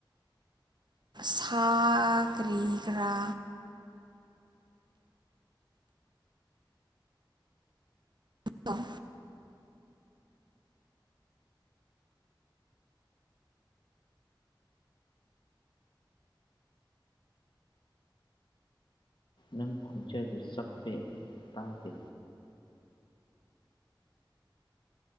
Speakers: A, on the right (about 60°); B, on the left (about 70°).
A: ꯁꯥ ꯀꯔꯤ ꯀꯔ <inaudible>
B: ꯅꯪ ꯈꯣꯟꯖꯦꯜꯗꯨ ꯆꯞꯄꯦ ꯇꯥꯗꯦ